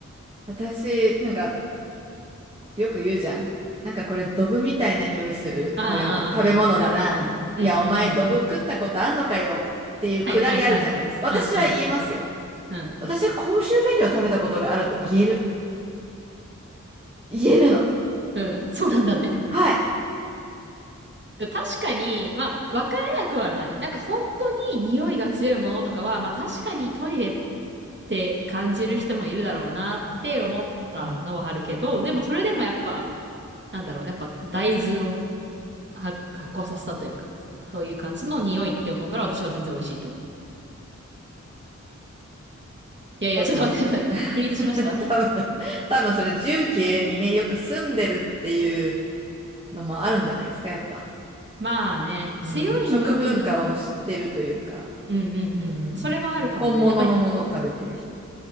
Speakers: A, on the right; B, on the right.
A: 私、なんか、よく言うじゃん。なんかこれ、ドブみたいな匂いする食べ物、
B: ああ、
A: 食べ物だな。
B: うんうんうん。
A: いや、
B: うんうんうん。
A: お前、ドブ食ったことあんのかよ。っていうくだりあるじゃないですか。
B: はいはいはい。うんう
A: 私は言えますよ。
B: ん。うん。
A: 私は公衆便所を食べたことがあると言える。言えるの。
B: うん。そうなんだね。
A: はい。
B: 確かに、まあ、わからなくはない。なんか本当に匂いが強いものとかは、まあ確かにトイレって感じる人もいるだろうなって思ったのはあるけど、
A: うん。
B: でもそれでもやっぱ、なんだろう、やっぱ大豆のは、発酵させたというか、そういう感じの匂いって思うから私は全然美味しいと思う。いやいや、
A: 多分、
B: ちょっと待って、ちょっとフリーズしました
A: <laughs> 多分、多分それ、重慶にね、よく住んでるっていうのもあるんじゃないですか、やっぱ。
B: まあね、
A: うん。
B: 強い匂いのもの。
A: 食文化を知ってるというか。
B: うんうんう
A: うん。
B: ん。それはあるかもね。
A: 本物のものを食べてる人。
B: やっぱり、